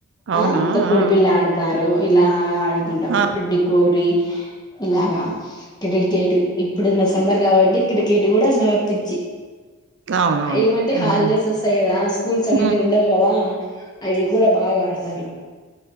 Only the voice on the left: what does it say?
ఆ తోకుడు
బిల్ళ ఆడతారు ఇలా ఆ కుంటా ఉంట
పెడ్డి పోరి ఇలాగా క్రికెట్ ఇప్పుడున్న సమ్మర్ కాబట్టి క్రికెట్ కూడా ఇంకా పిచ్చి
ఏమంటే హాలిడేస్
వస్తాయి కదా స్కూల్స్ అనేది
ఉండవు కదా అవి కూడా బాగా ఆడతారు